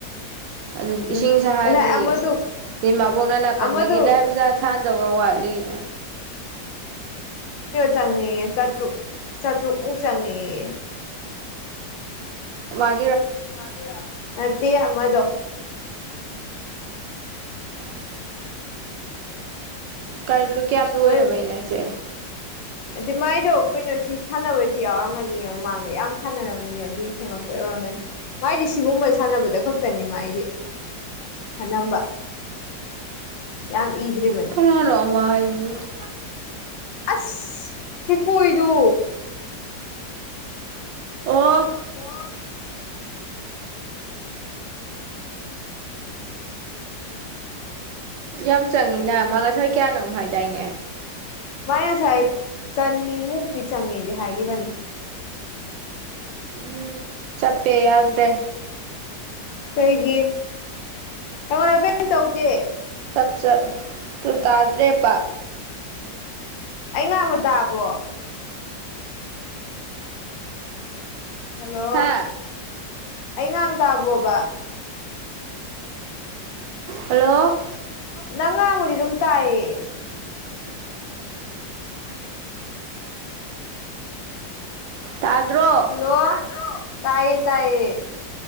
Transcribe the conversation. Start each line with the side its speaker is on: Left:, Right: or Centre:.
Right: ꯑꯗꯨ
Left: ꯎꯝ
Right: ꯏꯁꯤꯡꯁꯍꯜꯂꯤꯌꯦ
Left: ꯉꯁꯥꯏ ꯑꯃꯗꯨ
Right: ꯑꯗꯩ ꯃꯥꯥꯕꯣꯛꯅ ꯅꯥꯀꯟꯗꯒꯤ
Left: ꯑꯃꯗꯨ
Right: ꯂꯥꯏ ꯄꯨꯖꯥ ꯊꯥꯟꯗꯧꯒ ꯋꯥꯠꯂꯤꯅ
Left: ꯆꯪꯉꯦ ꯆꯥꯇ꯭ꯔꯨꯛ ꯆꯥꯇ꯭ꯔꯨꯛꯃꯨꯛ ꯆꯪꯉꯦꯑꯦ <inaudible>
Right: ꯃꯥ
Left: ꯃꯒꯤꯔꯣ ꯅꯠꯇꯦ ꯑꯃꯗꯣ
Right: <inaudible> ꯀꯥꯏ ꯂꯨ ꯀꯌꯥꯝ ꯂꯣꯏꯔꯕꯩꯅꯣ
Left: ꯃꯣꯏ
Right: ꯍꯥꯏꯁꯦ
Left: ꯑꯗꯨ ꯃꯥꯏꯗꯣ ꯀꯩꯅꯣ ꯁꯤ ꯁꯥꯟꯅꯕꯁꯨ ꯌꯥꯎꯔꯝꯒꯅꯤ ꯃꯃꯥꯡꯗ ꯌꯥꯝ ꯁꯥꯟꯅꯔꯝꯒꯅꯤ ꯑꯗꯨꯒꯤ ꯆꯪꯉꯛꯄ ꯌꯥꯎꯔꯝꯒꯅꯤ ꯃꯥꯏꯗꯤ ꯁꯤꯒꯨꯝꯕ ꯁꯥꯟꯅꯕꯗ ꯈꯛꯇꯅꯤ ꯃꯥꯏꯗꯤ ꯑꯅꯝꯕ ꯌꯥꯝ ꯏꯗ꯭ꯔꯤꯕꯅꯤ
Right: ꯀꯅꯥꯅ ꯑꯃ ꯍꯥꯏꯁꯨ <inaudible>
Left: ꯑꯁ ꯈꯨꯀꯣꯏꯗꯨ
Right: ꯑꯣ
Left: ꯑꯣ
Right: ꯌꯥꯝ ꯆꯪꯉꯤꯅ ꯃꯥ ꯉꯁꯥꯏ ꯀꯌꯥꯅꯣꯝ ꯍꯥꯏꯗꯥꯏꯅꯦ
Left: ꯃꯥꯏ ꯉꯁꯥꯏ ꯆꯅꯤꯃꯨꯛꯇꯤ ꯆꯉꯦꯗꯤ ꯍꯥꯏꯒꯤꯕꯅꯤ
Right: ꯎꯝ ꯆꯞ ꯄꯦꯌꯥꯗ꯭ꯔꯦ
Left: ꯀꯩꯒꯤ ꯑꯩꯉꯣꯟꯗ ꯀꯔꯤꯝ ꯇꯧꯗꯦ
Right: ꯆꯞ ꯆꯞ ꯇꯨ ꯇꯥꯗꯔꯦ ꯄ
Left: ꯑꯩ ꯉꯥꯡꯕ ꯇꯥꯕ꯭ꯔꯣ ꯍꯜꯂꯣ
Right: ꯍꯥ
Left: ꯑꯩ ꯉꯥꯡ ꯇꯥꯕꯣꯕ
Right: ꯍꯜꯂꯣ
Left: ꯅꯪ ꯉꯥꯡꯕꯗꯤ ꯗꯨꯝ ꯇꯥꯏꯌꯦ
Right: ꯇꯥꯗ꯭ꯔꯣ
Left: ꯍꯜꯂꯣ ꯇꯥꯏꯌꯦ ꯇꯥꯏꯌꯦ